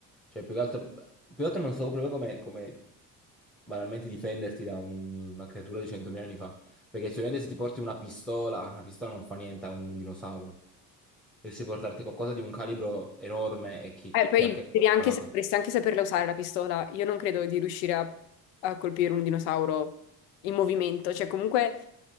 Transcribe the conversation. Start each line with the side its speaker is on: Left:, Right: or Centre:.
Centre: Cioè, più che altro, più che altro non so proprio come, come banalmente difenderti da un- una creatura di 100.000 anni fa. Perché sicuramente se ti porti una pistola, una pistola non fa niente a un dinosauro. E se portarti qualcosa di un calibro enorme e chi,
Left: eh, poi
Centre: chi ha che...
Left: devi anche,
Centre: preparata.
Left: sa- dovresti anche saperla usare la pistola. Io non credo di riuscire a, a colpire un dinosauro in movimento. Cioè, comunque,